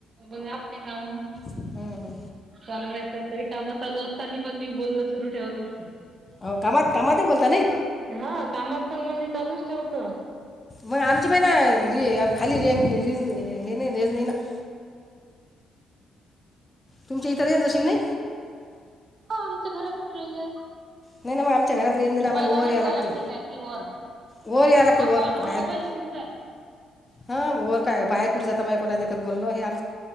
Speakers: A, on the right; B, on the left.
A: बर आपले काम.
B: हं, हं.
A: चालेतात तरी काम चालू असतानी पण मी बोलणं सुरू ठेवत असत.
B: हो कामात कामातही बोलता नई.
A: हा कामात पण म्हणजे चालूच ठेवतं.
B: मग आमची बाई ना र खाली र र हे नाही रेंज नाही ना <inaudible> तुमच्या इत रेंज अशी नई.
A: हो आमच्या घरातच रेजय!
B: नाही ना मग आमच्या घरात रेंज नाही ना
A: तुम्हाला
B: आम्हाला वर
A: बाहेर
B: यायला
A: जायाय
B: लागते
A: लागतय काय की वर?
B: वर यायला लागते
A: हा
B: वर
A: कॉ हा
B: बाहेर
A: मोबाईल घेऊन जाय.
B: हा वर काय बाहेर कुठे जाता माया कोणादेखत बोलण हे आम